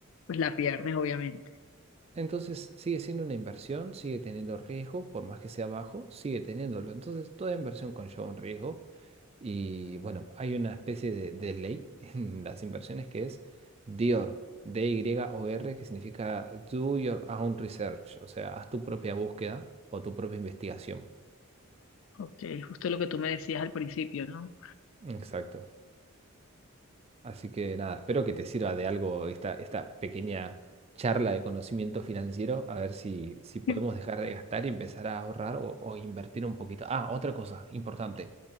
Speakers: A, on the left (about 65°); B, on the right (about 30°).
A: pues la pierdes, obviamente.
B: Entonces sigue siendo una inversión, sigue teniendo riesgo, por más que sea bajo, sigue teniéndolo. Entonces toda inversión conlleva un riesgo y bueno, hay una especie de, de ley <laughs> en las inversiones que es DIOR, D-Y-O-R, que significa Do Your Own Research, o sea, haz tu propia búsqueda o tu propia investigación.
A: Ok, justo lo que tú me decías al principio, ¿no?
B: Exacto. Así que nada, espero que te sirva de algo esta, esta pequeña charla de conocimiento financiero, a ver si, si podemos
A: <laughs>
B: dejar de gastar y empezar a ahorrar o, o invertir un poquito. Ah, otra cosa importante,